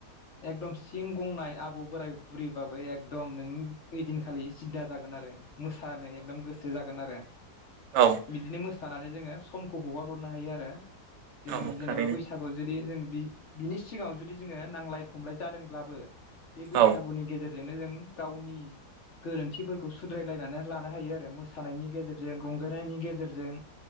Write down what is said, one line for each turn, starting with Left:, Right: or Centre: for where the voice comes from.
Left: एकदम सिं गंनाय आबौ बोराइ बुरिबाबो एकदम नों ओइदिनखालि सिददा जागोन आरो। मोसानो एकदम गोसो जागोन आरो।
Right: औ
Left: बिदिनो मोसानानै जोङो समखौ हगार हरनो हायो आरो जों
Right: औ
Left: जेनेबा
Right: थारैनो
Left: बैसागु जुदि जों बि बिनि सिगाङाव जुदि जोङो नांलाय खमलाय जादोंब्लाबो बे बैसागुनि
Right: औ
Left: गेजेरजोंनो जों गावनि गोरोन्थिफोरखौ सुद्रायलायनानै लानो हायो आरो मोसानायनि गेजेरजों रंजानायनि गेजेरजों